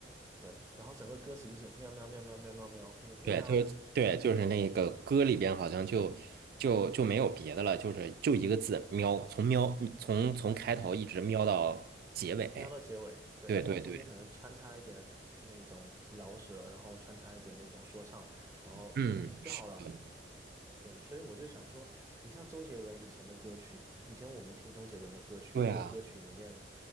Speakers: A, on the right; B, on the right.
A: 对，然后整个歌词就是喵喵喵喵喵喵喵，就是喵，
B: 对，就是对，
A: 就
B: 就是那个歌里边好像就就就没有别的了，就是就一个字喵，从喵从从开头一直喵到结尾。
A: 喵到结尾，对，
B: 对对对，
A: 然后中间可能穿插一点那种饶舌，然后穿插一点那种说唱，然后就好了。
B: 嗯，是的，
A: 对，所以我就想说，你像周杰伦以前的歌曲，以前我们听周杰伦的歌曲，
B: 对啊，
A: 那个歌曲里面，